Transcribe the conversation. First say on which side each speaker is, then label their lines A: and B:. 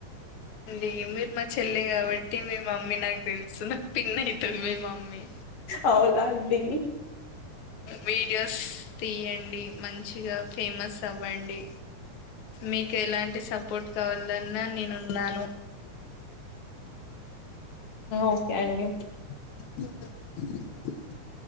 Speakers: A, on the left; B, on the left.
A: ఇ మీరు మా చెల్లి కాబట్టి మీ మమ్మీ నాకు తెలుసు నాకు పిన్నీ అయితది. <unintelligible> మామ్మీ
B: అవునా అండి
A: వీడియోస్ తీయండి. మంచిగా ఫేమస్ అవ్వండి. మీకు ఎలాంటి సపోర్ట్ కావాలన్నా నేను ఉన్నాను.
B: ఓకే అండి
A: అ